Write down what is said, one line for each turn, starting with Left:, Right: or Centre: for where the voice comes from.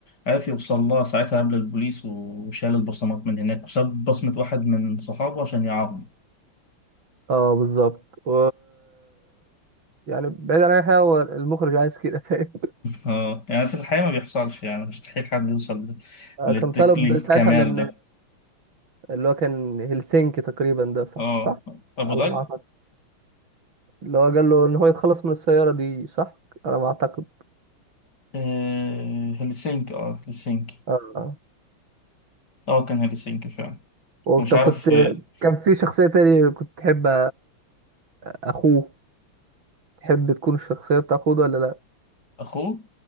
Left: عرف يوصل لها ساعتها قبل البوليس وشال البصمات من هناك وساب بصمة واحد من صحابه عشان يعاقبه
Right: اه بالظبط و... يعني بعيد عن اي حاجه هو المخرج عايز كده فاهم
Left: اه يعني في الحقيقة ما بيحصلش يعني مستحيل حد يوصل ل-
Right: آه،
Left: للتك...
Right: كان طلب
Left: للكمال
Right: ساعتها من
Left: ده
Right: اللي هو كان هلسنكي تقريبا ده صح
Left: اه
Right: صح
Left: أبو
Right: على
Left: ظبي
Right: ما اعتقد اللي هو قال له ان هو يتخلص من السياره دي صح على ما اعتقد
Left: آه هلسنكي اه هلسنكي
Right: اه
Left: اه كان هلسنكي فعلا
Right: و-
Left: ومش
Right: طب
Left: عارف
Right: كنت
Left: آه،
Right: كان في شخصيه تاني كنت تحب أ- اخوه تحب تكون الشخصيه بتاع اخوه ده ولا لا
Left: أخوه